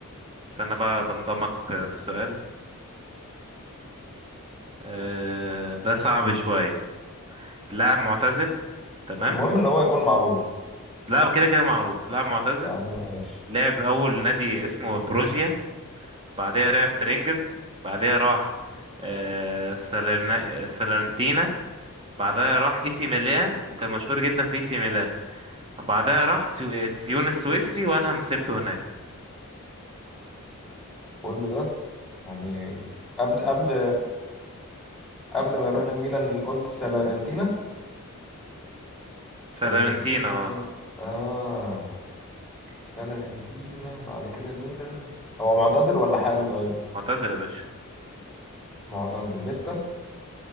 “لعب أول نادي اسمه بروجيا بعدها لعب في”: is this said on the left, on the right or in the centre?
Right